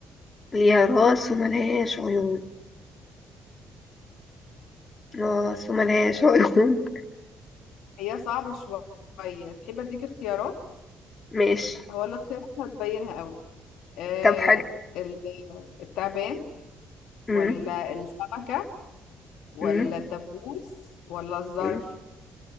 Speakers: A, on the left (about 35°); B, on the left (about 70°).
A: ليها راس وملهاش عيون راس وملهاش عيون
B: هي صعبة شوية تحب اديك اختيارات
A: ماشي
B: هو الاختيارات هتبينها قوي آه
A: طب حلو
B: الت- ال- التعبان
A: مم.
B: ولا السمكة ولا
A: مم.
B: الدبوس ولا الظرف
A: مم.